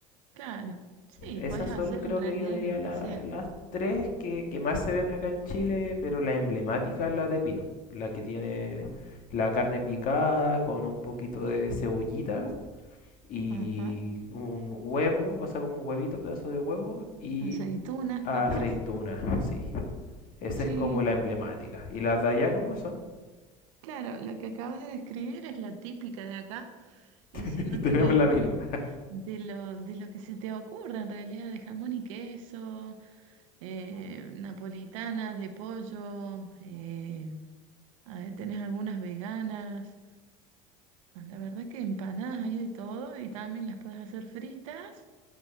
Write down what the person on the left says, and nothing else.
Esas
son, creo
que yo diría,
la-
las tres que, que más se ven acá en Chile, pero la emblemática es la de pino, la que tiene la carne picada con un poquito de cebollita y
un huevo, o sea, como un huevito, pedazo de huevo y
aceituna,
sí. Esa
es como la emblemática. ¿Y las de allá cómo son?
<laughs>
Tenemos la
misma.